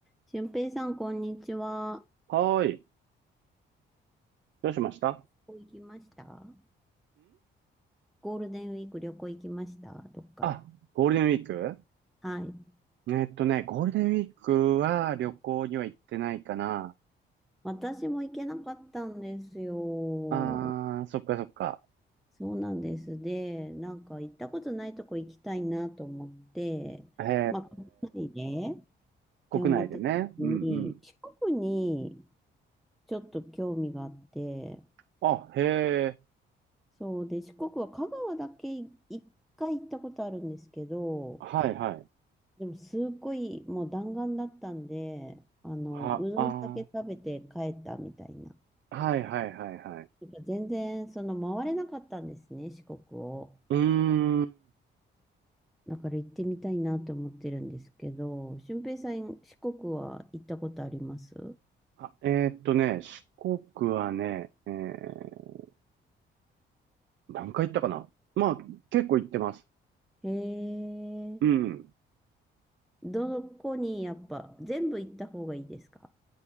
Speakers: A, in the centre; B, on the right (about 65°).
A: 俊平さん、こんにちは。
B: はーい。どうしましたん
A: 旅行行きましたゴールデンウィーク旅行行きましたどっか。
B: あ、ゴールデンウィーク
A: はい。
B: えっとね、ゴールデンウィークは旅行には行ってないかな。
A: 私も行けなかったんですよ。
B: あー、そっかそっか。
A: そうなんです。で、なんか行ったことないとこ行きたいなと思って、
B: へ
A: まあ、国内でっ
B: ー、
A: て思った時に、
B: 国内でね。うんうん。
A: 四国にちょっと興味があって、
B: あ、へ
A: そうで、四国は香川だけい一回行ったことあるんですけど、
B: ー、はいはい。
A: でも、すっごい、もう弾丸だったんで、あの、
B: は、
A: うどんだけ食べて帰ったみたいな。
B: あー、はいはいはいはい。
A: なんか全然、その、回れなかったんですね、四国を。
B: うーん。
A: だから行ってみたいなと思ってるんですけど、俊平さん、四国は行ったことあります
B: あ、えーっとね、四国はね、えー、何回行ったかなまあ、結構行ってます。
A: へえ。
B: うん。
A: どこにやっぱ、全部行った方がいいですか